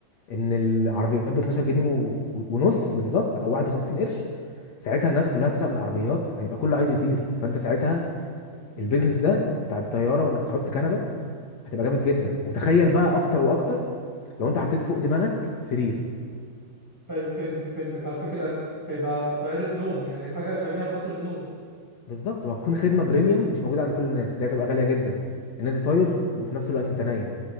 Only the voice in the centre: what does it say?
ايوه فهمتك فهمتك على فكره هيبقى طياره نوم يعني حاجه شبيهه بقطر النوم